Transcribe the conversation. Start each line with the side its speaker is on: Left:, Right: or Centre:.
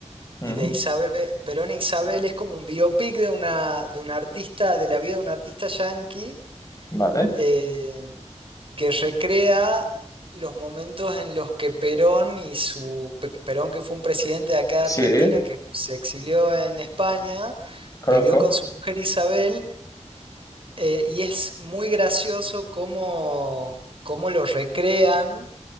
Left: Mm,
Right: y de Isabel. Perón e Isabel es como un biopic de una, de una artista, de la vida de un artista yanqui
Left: vale.
Right: eh, que recrea los momentos en los que Perón y su... Pe- Perón que fue un presidente de acá de
Left: Sí,
Right: Argentina que se exilió en España.
Left: conozco.
Right: Vivió con su mujer Isabel Eh, y es muy gracioso cómo, cómo lo recrean